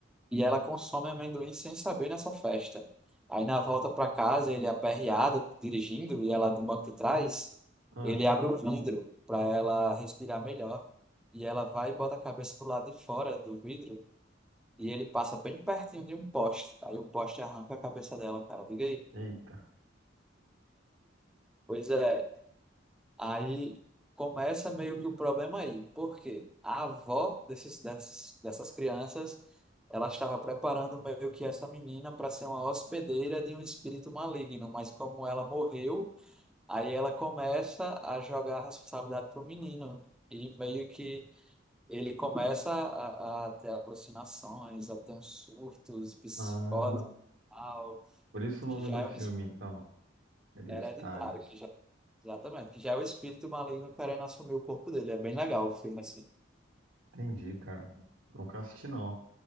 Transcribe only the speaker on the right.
Ah,
eita.
Ah,
por isso o nome
do
filme,
então. Hereditário.
Entendi, cara. Nunca assisti, não.